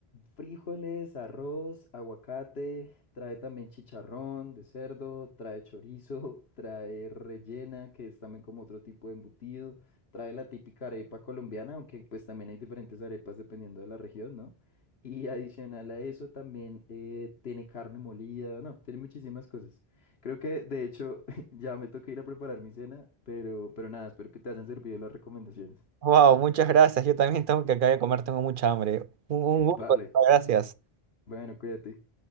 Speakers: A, on the left (about 75°); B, on the right (about 60°).
A: frijoles, arroz, aguacate, trae también chicharrón de cerdo, trae chorizo, <laughs> trae rellena, que es también como otro tipo de embutido, trae la típica arepa colombiana, aunque pues también hay diferentes arepas dependiendo de la región, ¿no? Y adicional a eso también eh, tiene carne molida, no, tiene muchísimas cosas. Creo que de hecho <laughs> ya me toca ir a preparar mi cena, pero, pero nada, espero que te hayan servido las recomendaciones.
B: Wow, muchas gracias, yo también tengo que acá de comer, tengo mucha hambre. Un, un
A: <laughs>
B: gusto,
A: Vale,
B: gracias.
A: bueno, cuídate.